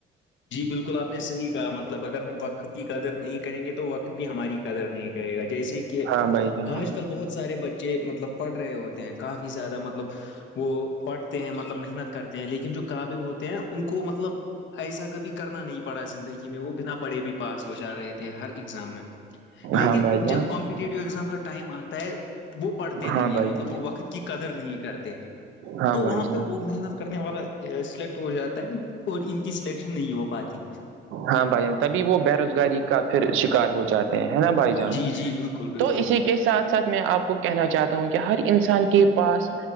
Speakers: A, on the left; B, on the right.
A: جی بالکل آپ نے صحیح کہا مطلب اگر ہم وقت کی قدر نہیں کریں گے تو وقت بھی ہماری قدر نہیں کرے گا جیسے کہ
B: ہاں بھائی جان
A: آج کل بہت سارے بچے مطلب پڑھ رہے ہوتے ہیں کافی زیادہ مطلب وہ پڑھتے ہیں مطلب محنت کرتے ہیں لیکن جو قابل ہوتے ہیں ان کو مطلب ایسا کبھی کرنا نہیں پڑا زندگی میں وہ بنا پڑھے بھی پاس ہو جا رہے تھے ہر ایگزام میں لیکن
B: ہاں بھائی جان
A: جب کمپٹیٹیو ایگزام کا ٹائم آتا ہے وہ پڑھتے نہیں
B: ہاں بھائی
A: ہے مطلب وہ وقت کی قدر نہیں کرتے
B: ہاں
A: تو وہاں
B: بھائی جان
A: پہ وہ محنت کرنے والا ا سلیکٹ ہو جاتا ہے اور ان کی سلیکشن نہیں ہو پاتی
B: ہاں بھائیجان تبھی وہ بے روزگاری کا پھر شکار ہو جاتا ہیں نا بھائی جان
A: جی جی بالکل بالکل
B: تو اسی کے ساتھ ساتھ میں آپ کو کہنا چاہتا ہوں کہ ہر انسان کے پاس